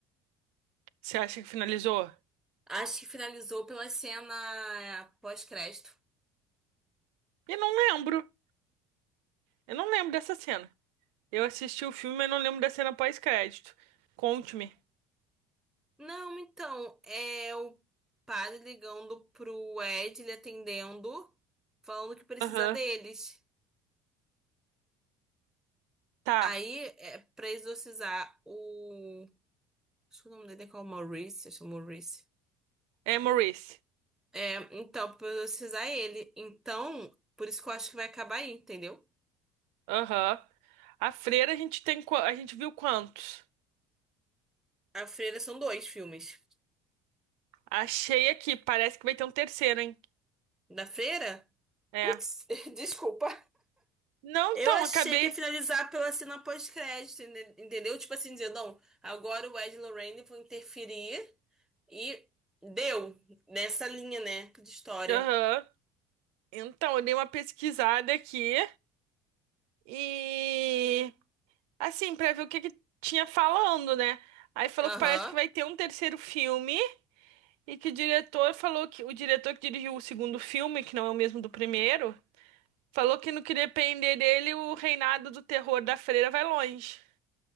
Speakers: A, on the right; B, in the centre.
A: Você acha que finalizou?
B: Acho que finalizou pela cena pós-crédito.
A: Eu não lembro. Eu não lembro dessa cena. Eu assisti o filme, mas não lembro da cena pós-crédito. Conte-me.
B: Não, então, é o padre ligando pro Ed, ele atendendo, falando que precisa
A: Aham.
B: deles.
A: Tá.
B: Aí, é pra exorcizar o. Acho que o nome dele é qual? Maurice, acho que é Maurice.
A: É Maurice.
B: É, então, precisar ele. Então, por isso que eu acho que vai acabar aí, entendeu?
A: Aham. A Freira a gente tem qua- a gente viu quantos?
B: A Freira são dois filmes.
A: Achei aqui, parece que vai ter um terceiro, hein?
B: Da Freira?
A: É.
B: Putz, <laughs> desculpa.
A: Não,
B: Eu
A: então,
B: achei
A: acabei.
B: que ia finalizar pela cena pós-crédito, ente- entendeu? Tipo assim, dizendo, não, agora o Ed e Lorraine vão interferir e deu nessa linha, né, de história.
A: Aham. Então, eu dei uma pesquisada aqui e assim, pra ver o que que tinha falando, né? Aí falou
B: Aham.
A: que parece que vai ter um terceiro filme e que o diretor falou que o diretor que dirigiu o segundo filme, que não é o mesmo do primeiro, falou que no que depender dele, o reinado do terror da freira vai longe.